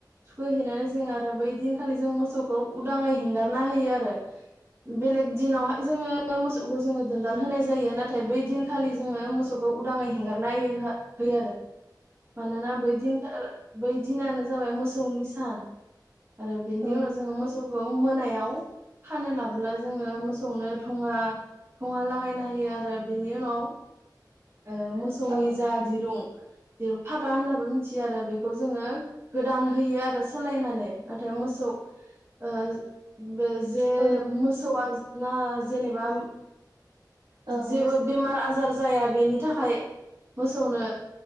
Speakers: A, on the right; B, on the right.
A: थुखै हैैनानै जों आरो बै दिनखालि जों मोसौ खौ उदाङै हेंगार ना होयो आरो बेलेग दिनावहा जोङो मोसौखौ जोङो दोन <unintelligible> होनाय जायो नाथ थाय बै दिनखालि जोङो मोसौखौ उदाङै हेंगारना होयोहो होयो आरो मानोना बै दिन खा बै‌ दिनानो जाबाय मोसौनि सान आरो बेनि
B: औ
A: उनाव सौखौ मोनायाव खानो लाबोला जोङो मोसौनो थङा थङा लागायना होयो आरो बेनि उनाव ओ मोसौनि
B: औ
A: जा दिरुं दिरुं फागा होननाबो मिथियो आरो बे खौ जोङो गोदान होयो आरो सोलायनानै नाथाय मोसौ ओ ज बे जे
B: औ
A: मोसौया ना जेनेबाम
B: औ
A: जेबो
B: मोसौ
A: बेमार आजार जाया बेनि थाखाय मोसौनो